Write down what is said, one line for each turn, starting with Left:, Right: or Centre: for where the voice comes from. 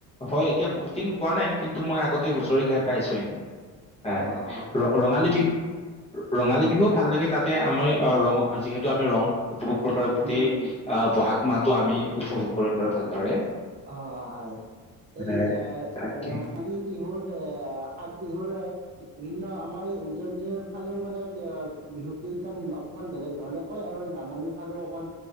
Left: হয় এতিয়া বহুত দিন গোৱা নাই কিন্তু মই আগতে হুঁচৰি
Right: অ
Left: গাই পাইছো এনে হয়
Right: অ অ
Left: ৰঙালী বিহুত ৰঙালী বিহুও
Right: হয়
Left: ভাল লাগে তাতে আমাৰ অ ৰঙ যিহেতু আমি ৰং উপভোগ কৰিব পাৰ গোটেই
Right: উম
Left: আহ বহাগ মাহ আমি উপভোগ। কৰিব পাৰো ভালদৰে।
Right: অ, অ, হয় এই
Left: হয়,
Right: এ
Left: তাকে
Right: ৰঙালী বিহুৰ। এ সাত বিহুৰে বিভিন্ন আমাৰ এই উজনিৰ ফালেও মানে বিহু কেইটাক অকমান বেলেগ ধৰণে কয় আৰু নামনিৰ ফালেও অকমান